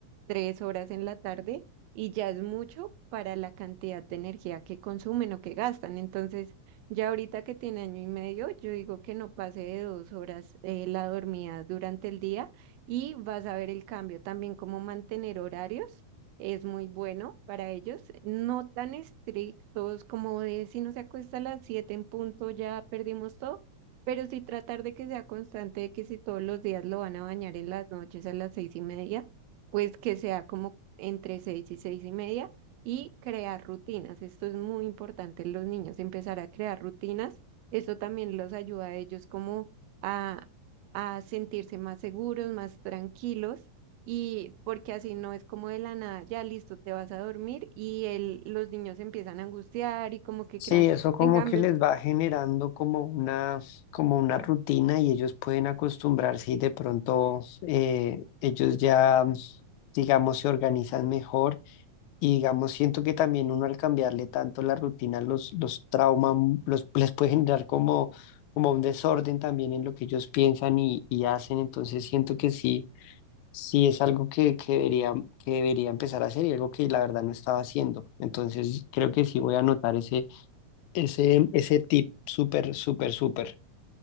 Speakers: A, on the right; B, on the left.
A: tres horas en la tarde y ya es mucho para la cantidad de energía que consumen o que gastan. Entonces, ya ahorita que tiene año y medio, yo digo que no pase de dos horas eh, la dormida durante el día y vas a ver el cambio. También como mantener horarios es muy bueno para ellos, no tan estrictos como de si no se acuesta a las 7 en punto ya perdimos todo, pero sí tratar de que sea constante, de que si todos los días lo van a bañar en las noches a las seis y media, pues que sea como entre seis y seis y media y crear rutinas. Esto es muy importante en los niños, empezar a crear rutinas. Esto también los ayuda a ellos como a a sentirse más seguros, más tranquilos y porque así no es como de la nada, ya listo, te vas a dormir y el- los niños se empiezan a angustiar y como que
B: Sí,
A: crean.
B: eso como
A: En cambio,
B: que les va generando como una, como una rutina y ellos pueden acostumbrarse y de pronto eh, ellos ya, digamos, se organizan mejor y digamos, siento que también uno al cambiarle tanto la rutina los, los trauma, los, les puede generar como, como un desorden también en lo que ellos piensan y, y hacen, entonces siento que sí, sí es algo que, que debería, que debería empezar a hacer y algo que la verdad no estaba haciendo, entonces creo que sí voy a anotar ese ese, ese tip, súper, súper, súper.